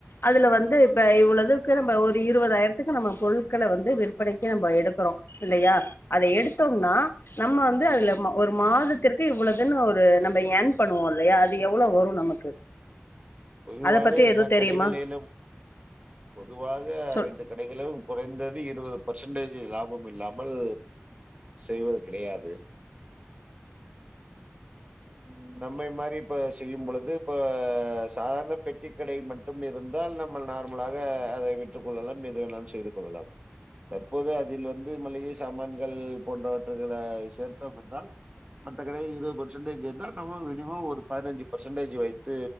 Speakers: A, on the left; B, on the right.
A: அதுல வந்து இப்ப இவ்வளவுக்கு நம்ம ஒரு இருபதாயிரத்துக்கு நம்ம பொருட்கள வந்து விற்ப படிக்கு நம்ம எடுக்கிறோ இல்லையா அத எடுத்தோம்னா நம்ம வந் அதுல ஒரு மாதத்திற்கு இவ்வளவு தன்னு ஒரு நம்ம என் பண்ணுவோ இல்லையா அது எவ்ளவு வரு நமக்கு
B: பொதுவாக
A: அத பத்தி
B: எல்லா
A: எதுவு தெரியுமா
B: கடைகளிலு பொதுவாக
A: சொல்
B: அனைத்து கடைகளிலு குறைந்தது இருபது பர்சன்டேஜ் லாப இல்லாமல் செய்வது கிடையாது உ நம்ம மாரி இப்ப செய்யு பொழுது இப்ப சாதாரண பெட்டிக்கடை மட்டு இருந்தால் நம்ம நார்மலாக அதை விற்றுக் கொள்ளலா எது வெண்ணலும் செய்து கொள்ளலா தற்போது அதில் வந்து மளிகை சாமான்கள் போன்றவற்றகளை சேர்த்தோ என்றால் மத்த கடைய இருபது பெர்சன்டேஜ் இருந்தா நம்ம மினிமம் ஒரு பதிஞ்சுபார்சன்டேஜ் வைத்து